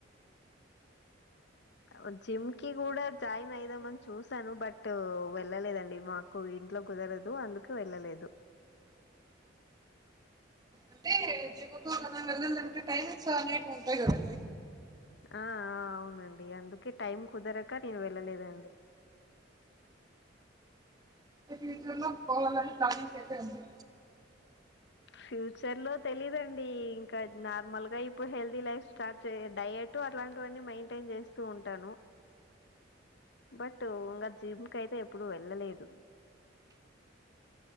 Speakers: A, on the left; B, on the right.
A: ఔను జిమ్ కి కూడా జాయిన్ అయిదామని చూసాను బట్ వెళ్ళలేదండి మాకు ఇం ట్లో కుదరదు అందుకు వెళ్ళలేదు
B: అంటే జిమ్ముకు గానా వెళ్ళాలంటే టైమింగ్స్ అనేటివి ఉంటాయి కదండి
A: ఆ ఆ అవునండి అందుకే టైం కుదర క నేను వెళ్ళలేదండి
B: <inaudible> ఎటు అన్నా పోవాలని ప్లానింగ్స్ ఐతే ఉంది
A: ఫ్యూచర్ లో తెలీదండి ఇంకా నార్మల్గా ఇప్పుడు హెల్దీ లైఫ్ స్టార్ట్ డయట్ అలా అలాంటివన్నీ మెయింటైన్ చేస్తూ ఉంటాను బట్ ఇంకా జిమ్ క అయితే ఎప్పుడు వెళ్ళలేదు